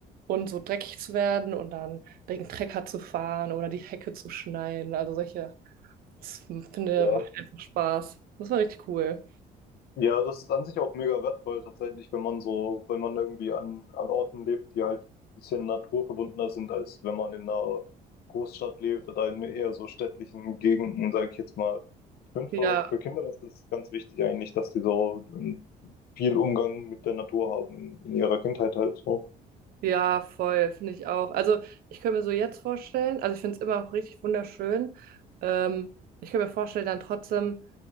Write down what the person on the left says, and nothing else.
Ja.
Ja, das ist an sich auch mega wertvoll tatsächlich, wenn man so, wenn man irgendwie an, an Orten lebt, die halt ein bisschen naturverbundener sind, als wenn man in einer Großstadt lebt oder in eher so städtlichen Gegenden, sage ich jetzt mal. Ich finde
für, für Kinder ist das ganz wichtig eigentlich, dass die so ähm, viel Umgang mit der Natur haben in, in ihrer Kindheit halt so.